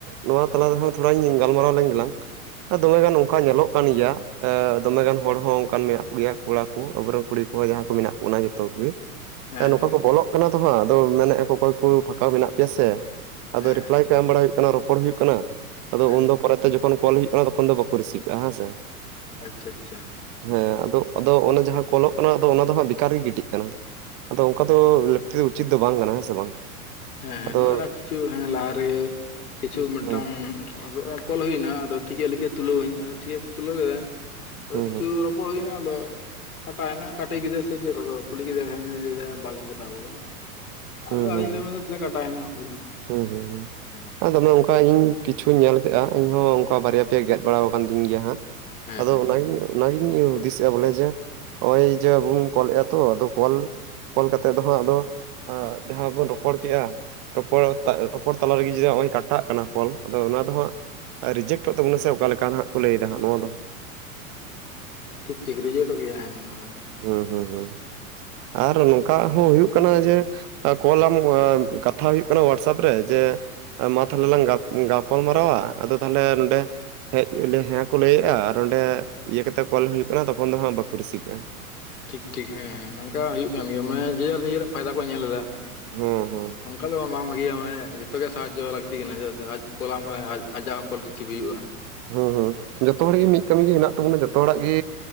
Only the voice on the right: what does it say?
ᱱᱚᱣᱟ ᱛᱟᱞᱟ ᱨᱮᱦᱚᱸ ᱛᱷᱚᱲᱟᱧ ᱜᱟᱞᱢᱟᱨᱟᱣ ᱞᱮᱱ ᱜᱮᱞᱟᱝ ᱾ ᱫᱚᱢᱮ ᱜᱟᱱ ᱱᱚᱠᱟ ᱧᱮᱞᱚᱜ ᱠᱟᱱ ᱜᱮᱭᱟ ᱮ ᱫᱚᱢᱮ ᱜᱟᱱ ᱦᱚᱲ ᱦᱚᱸ ᱚᱱᱠᱟᱱ ᱢᱮᱱᱟᱜ ᱠᱚ ᱜᱮᱭᱟ ᱠᱚᱲᱟ ᱠᱩ ᱟᱵᱚ ᱨᱮᱱ ᱠᱩᱲᱤ ᱠᱚ ᱡᱟᱦᱟᱸᱭ ᱠᱚ ᱢᱮᱱᱟᱜ ᱵᱚᱱᱟ ᱡᱚᱛᱚ ᱠᱚᱜᱮ ᱾
ᱮ ᱱᱚᱝᱠᱟ
ᱠᱚ ᱵᱚᱞᱚᱜ ᱠᱟᱱᱟ ᱛᱚ‌ ᱦᱟᱸᱜ ᱢᱮᱱᱮᱜ-ᱟ ᱟᱫᱚ ᱚᱠᱚᱭ ᱠᱩ ᱯᱷᱟᱠᱟ ᱢᱮᱱᱟᱜ ᱯᱮᱭᱟ ᱥᱮ, ᱟᱫᱚ
ᱨᱤᱯᱞᱟᱭ ᱠᱮᱢ ᱵᱟᱲᱟ ᱦᱩᱭᱩᱜ ᱠᱟᱱᱟ ᱨᱚᱯᱚᱲ ᱦᱩᱭᱩᱜ ᱠᱟᱱᱟ ᱾ ᱟᱫᱚ
ᱩᱱᱫᱚ ᱯᱚᱨᱮ ᱛᱮ ᱡᱚᱠᱷᱚᱱ ᱠᱚᱞ ᱦᱩᱭᱩᱜ ᱠᱟᱱᱟ ᱛᱚᱠᱷᱚᱱ ᱫᱚ ᱵᱟᱠᱚ ᱨᱤᱥᱤᱵᱽ ᱫᱟ ᱦᱮᱸ ᱥᱮ ᱾
ᱦᱮᱸ ᱟᱫᱚ ᱟᱫᱚ ᱚᱱᱮ ᱡᱟᱦᱟᱸ ᱠᱚᱞᱚᱜ ᱠᱟᱱᱟ ᱫᱚ ᱚᱱᱟ ᱫᱚ ᱦᱟᱸᱜ ᱵᱮᱠᱟᱨ ᱜᱮ ᱜᱤᱰᱤᱜ ᱠᱟᱱᱟ ᱾ ᱟᱫᱚ ᱚᱱᱠᱟ ᱫᱚ, ᱞᱟᱹᱠᱛᱤ ᱫᱚ ᱩᱪᱤᱛ ᱫᱚ ᱵᱟᱝ ᱠᱟᱱᱟ ᱦᱮᱸ ᱥᱮ ᱵᱟᱝ᱾
ᱟᱫᱚ
ᱦᱩᱸ
ᱦᱩᱸ
ᱦᱩᱸ
ᱦᱩᱸ
ᱦᱩᱸ
ᱦᱩᱸ ᱦᱩᱸ
ᱦᱩᱸ
ᱟᱨ ᱫᱚᱢᱮ ᱚᱝᱠᱟ ᱤᱧ ᱠᱤᱪᱷᱩᱧ ᱧᱮᱞ ᱠᱮᱜ-ᱟ, ᱤᱧ ᱦᱚᱸ ᱚᱝᱠᱟ ᱵᱟᱨᱭᱟ ᱯᱮᱭᱟ ᱜᱮᱫ ᱵᱟᱲᱟᱣ ᱠᱟᱱ ᱛᱤᱧ ᱜᱮᱭᱟ ᱦᱟᱸᱜ᱾
ᱟᱫᱚ
ᱚᱱᱟ ᱜᱤᱧᱼᱼ ᱛᱚ ᱚᱱᱟ ᱜᱤᱧ ᱦᱩᱫᱤᱥᱮᱜ-ᱟ, ᱵᱚᱞᱮ ᱡᱮ ᱱᱚᱜ-ᱚᱭ ᱡᱮ ᱵᱩᱱ ᱠᱚᱞᱮᱜ- ᱟ ᱛᱚ ᱟᱫᱚ ᱠᱚᱞ ᱠᱚᱞ ᱠᱟᱛᱮᱫ ᱫᱚ ᱦᱟᱸᱜ ᱟᱫᱚ, ᱡᱟᱦᱟᱸ ᱵᱚᱱ ᱨᱚᱯᱚᱲ ᱠᱮᱜᱼᱟ ᱾ ᱨᱚᱯᱚᱲ ᱨᱚᱯᱚᱲ ᱛᱟᱨᱮᱜᱮ ᱡᱩᱫᱤ, ᱱᱚᱜᱼᱚᱭ ᱠᱟᱴᱟᱜ ᱠᱟᱱᱟ ᱠᱚᱞ ᱟᱫᱚ ᱚᱱᱟ ᱫᱚ ᱦᱟᱸᱜ ᱟᱨ ᱨᱤᱡᱮᱠᱴᱚᱜ ᱛᱟᱵᱚᱱᱟ ᱥᱮ ᱚᱠᱟ ᱞᱮᱠᱟ, ᱦᱟᱸᱜ ᱠᱚ ᱞᱟᱹᱭ ᱫᱟᱦᱟᱜ ᱱᱚᱣᱟ ᱫᱚ ᱾
ᱦᱩᱸ, ᱦᱩᱸ, ᱦᱩᱸ ᱟᱨ ᱱᱚᱝᱠᱟ, ᱦᱚᱸ ᱦᱳᱭᱩᱜ ᱠᱟᱱᱟ ᱡᱮ ᱠᱚᱞᱟᱢ ᱠᱟᱛᱷᱟ ᱦᱳᱭᱩᱜ ᱠᱟᱱᱟ ᱦᱳᱣᱟᱴᱥᱮᱯ ᱨᱮ, ᱡᱮ ᱢᱟ ᱛᱟᱦᱚᱞᱮ ᱞᱟᱝ ᱜᱟᱯᱟᱞ ᱢᱟᱨᱟᱣᱟ, ᱟᱫᱚ ᱛᱟᱦᱞᱮ ᱱᱚᱰᱮ ᱦᱮᱡᱮ ᱦᱮᱸ ᱠᱚ ᱞᱟᱹᱭᱮᱫᱼᱟ, ᱟᱨ ᱚᱸᱰᱮ ᱤᱭᱟᱹ ᱠᱟᱛᱮᱜ ᱠᱚᱞ ᱦᱩᱭᱩᱜ ᱠᱟᱱᱟ, ᱛᱚᱠᱷᱚᱱ ᱫᱚ ᱦᱟᱸᱜ ᱵᱟᱠᱚ ᱨᱤᱥᱤᱵᱮᱜᱼᱟ ᱾
ᱦᱩᱸ ᱦᱩᱸ᱾
ᱦᱩᱸ, ᱦᱩᱸ, ᱡᱚᱛᱚ ᱦᱚᱲ ᱜᱮ ᱢᱤᱫ ᱠᱟᱹᱢᱤ ᱜᱮ ᱢᱮᱱᱟᱜᱮ ᱦᱮᱱᱟᱜ ᱛᱟᱵᱚᱱᱟ, ᱡᱚᱛᱚ ᱦᱚᱲᱼᱟᱜ ᱜᱮ